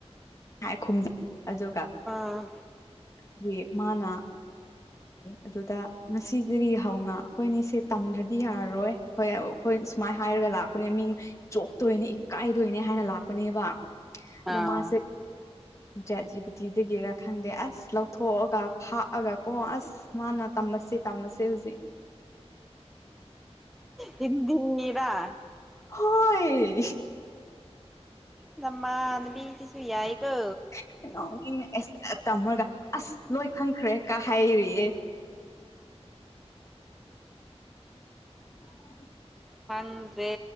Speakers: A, on the left; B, in the centre.
A: <unintelligible> ꯑꯗꯨꯒ
B: ꯑꯥ꯫
A: ꯑꯗꯨꯒꯤ ꯃꯥꯅ ꯑꯗꯨꯗ ꯉꯁꯤꯗꯒꯤ ꯍꯧꯅ ꯑꯩꯈꯣꯏꯅꯤꯁꯦ ꯇꯝꯗ꯭ꯔꯗꯤ ꯌꯥꯔꯣꯏ꯫ ꯍꯣꯏ ꯍꯣꯏ ꯁꯨꯃꯥꯏ ꯍꯥꯏꯔꯒ ꯂꯥꯛꯄꯅꯦ ꯃꯤ ꯆꯣꯞꯇꯣꯏꯅꯦ ꯏꯀꯥꯏꯗꯣꯏꯅꯦ ꯍꯥꯏꯅ ꯂꯥꯛꯄꯅꯦꯕ꯫ ꯑꯗꯣ
B: ꯑꯥ
A: ꯃꯥꯁꯦ ꯆꯦꯠꯖꯤꯕꯤꯗꯤ ꯗꯒꯤꯔꯥ ꯈꯪꯗꯦ ꯑꯁ ꯂꯧꯊꯣꯛꯑꯒ ꯐꯥꯛꯑꯒ ꯀꯣ ꯑꯁ ꯃꯥꯅ ꯇꯝꯕꯁꯦ ꯇꯝꯕꯁꯦ ꯍꯧꯖꯤꯛ꯫
B: ꯍꯤꯟꯗꯤꯔ꯫
A: ꯍꯣꯏ꯫
B: ꯅꯃꯥꯟꯅꯕꯤ ꯁꯤꯁꯨ ꯌꯥꯏꯀꯣ꯫
A: <unintelligible> ꯇꯥꯃꯣꯗ ꯑꯁ ꯂꯣꯏ ꯈꯪꯈ꯭ꯔꯦ ꯀꯥ ꯍꯥꯏꯔꯤꯌꯦ <unintelligible>
B: ꯈꯪꯗ꯭ꯔꯦ꯫